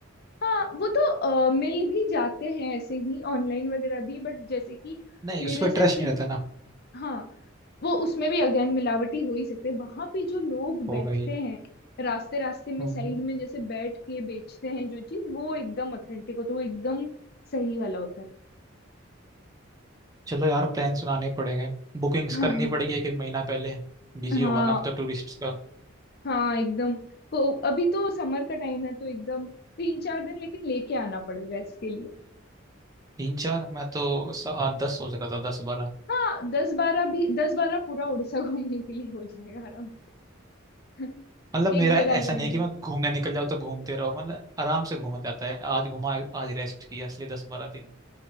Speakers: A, on the left (about 50°); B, on the right (about 20°).
A: हाँ वो तो अ, मिल भी जाते हैं ऐसे ही ऑनलाइन वगैरह भी बट जैसे कि
B: नहीं उस
A: मेरे
B: पर ट्रस्ट
A: से फिर
B: नहीं रहता
A: भी
B: ना
A: हाँ वो उसमें भी अगेन मिलावटी हो ही सकते वहां पे जो लोग
B: होगा
A: बैठते हैं रास्ते रास्ते में
B: ही
A: साइड में जैसे बैठ के बेचते हैं जो चीज वो एकदम ऑथेंटिक होता है वो एकदम सही वाला होता है
B: चलो यार प्लान सुनाने पड़ेंगे बुकिंग्स
A: <laughs> हाँ
B: करनी पड़ेगी एक एक महीना पहले बिजी
A: हाँ
B: होगा ना अब तो टूरिस्ट का
A: हाँ एकदम को अभी तो समर का टाइम है तो एकदम तीन चार दिन लेकिन लेके आना पड़ेगा इसके लिए
B: तीन चार मैं तो स- आठ दस सोच रहा था दस बारह
A: हाँ दस बारह भी दस बारह पूरा उड़ीसा <laughs> घूमने के लिए हो जाएगा आराम <laughs>
B: मतलब मेरा
A: एक जगह
B: ऐसा
A: के लिए
B: नहीं है
A: नहीं
B: कि मैं घूमने निकल जाऊँ तो घूमते रहो मतलब आराम से घूमा जाता है आज घूमा आज रेस्ट किया इसलिए दस बारह दिन